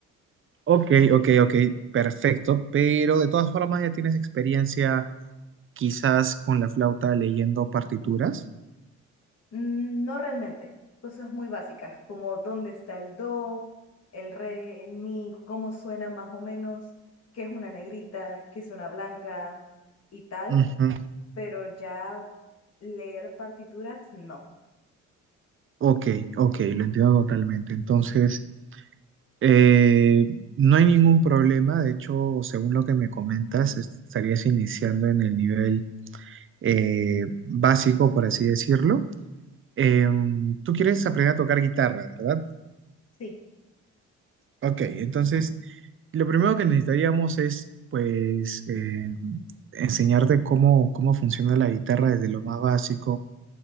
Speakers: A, on the right; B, on the left.
A: Ok, ok, ok, perfecto, pero de todas formas ya tienes experiencia quizás con la flauta leyendo partituras.
B: Mm, No realmente, cosas muy básicas, como dónde está el do, el re, el mi, cómo suena más o menos, qué es una negrita, qué es una blanca y tal,
A: Ujú,
B: pero ya leer partituras, no.
A: Ok, ok, lo entiendo totalmente. Entonces, Eh, no hay ningún problema, de hecho, según lo que me comentas, est- estarías iniciando en el nivel eh, básico, por así decirlo. Em, tú quieres aprender a tocar guitarra, ¿verdad?
B: Sí,
A: Ok, entonces, lo primero que necesitaríamos es, pues, em, enseñarte cómo, cómo funciona la guitarra desde lo más básico,